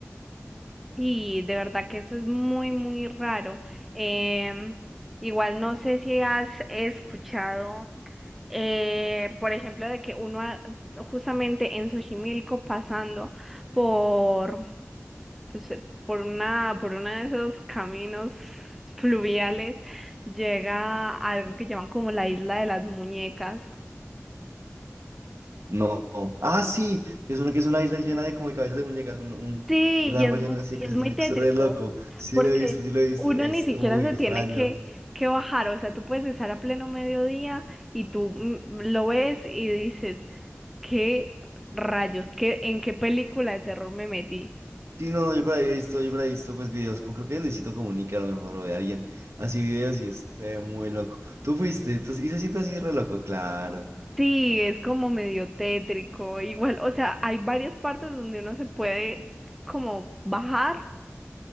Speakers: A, in the centre; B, on the right.
A: Y de verdad que eso es muy, muy raro. Em, igual no sé si has escuchado, eh, por ejemplo, de que uno a- justamente en Xochimilco pasando por, pues, por una, por uno de esos caminos fluviales llega a algo que llaman como la isla de las muñecas.
B: No. Ah, sí, que es una, que es una isla llena de como de cabezas de muñecas, un, un,
A: Sí,
B: un árbol
A: y es, mu-
B: lleno de así
A: y
B: de cabezas
A: es muy
B: de muñecas,
A: tétrico,
B: es re loco. Sí
A: porque
B: lo he visto, sí lo he visto,
A: uno
B: es
A: ni siquiera
B: muy
A: se
B: extraño.
A: tiene que, que bajar, o sea, tú puedes estar a pleno mediodía y tú mm, lo ves y dices, ¿qué rayos? ¿Qué, en qué película de terror me metí?
B: Sí, no, no, yo por ahí he visto, yo por ahí he visto pues videos, como creo que de Luisito Comunica a lo mejor, o de alguien, así videos y es, se ve muy loco. Tú fuiste, entonces, y se siente así re loco, claro.
A: Sí, es como medio tétrico, igual, o sea, hay varias partes donde uno se puede como bajar,